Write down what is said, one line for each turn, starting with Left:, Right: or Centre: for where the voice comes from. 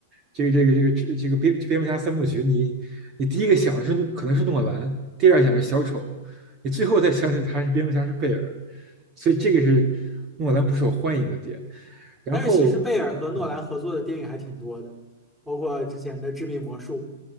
Right: 这个这个这个这个这个蝙蝙蝠侠三部曲，你你第一个想的是可能是诺兰，第二想是小丑，你最后再想起他是蝙蝠侠是贝尔，所以这个是诺兰不受欢迎的点。
Centre: 是。
Right: 然后，
Centre: 但是其实贝尔和诺兰合作的电影还挺多的，
Right: 嗯
Centre: 包括之前的《致命魔术》，